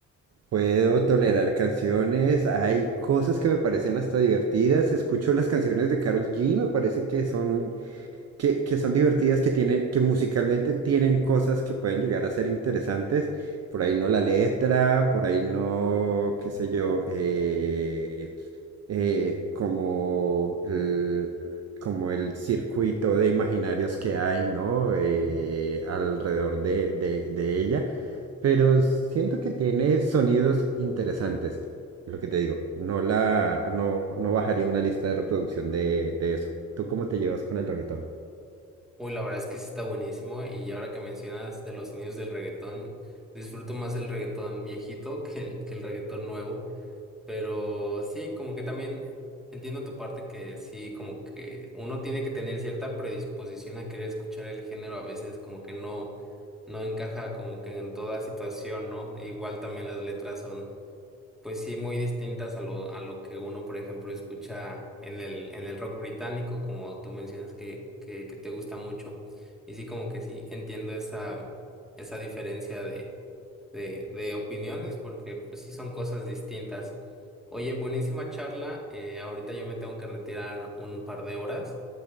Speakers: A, on the right; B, in the centre.
A: puedo tolerar canciones, hay cosas que me parecen hasta divertidas, escucho las canciones de Karol G, me parece que son que, que son divertidas, que tienen, que musicalmente tienen cosas que pueden llegar a ser interesantes. Por ahí no la letra, por ahí no, qué sé yo, eh, eh, como el, como el circuito de imaginarios que hay, ¿no? Eh, alrededor de, de, de ella. Pero siento que tiene sonidos interesantes. Lo que te digo, no la, no, no bajaría una lista de reproducción de, de eso. ¿Tú cómo te llevas con el reggaetón?
B: Uy, la verdad es que sí está buenísimo y ahora que mencionas de los inicios del reggaetón, disfruto más el reggaetón viejito que el, que el reggaetón nuevo, pero sí, como que también entiendo tu parte que sí, como que uno tiene que tener cierta predisposición a querer escuchar el género, a veces como que no, no encaja como que en toda situación, ¿no? Igual también las letras son Pues sí, muy distintas a lo, a lo que uno, por ejemplo, escucha en el, en el rock británico, como tú mencionas que, que, que te gusta mucho. Y sí, como que sí, entiendo esa, esa diferencia de, de, de opiniones, porque pues sí son cosas distintas. Oye, buenísima charla. eh, ahorita yo me tengo que retirar un par de horas,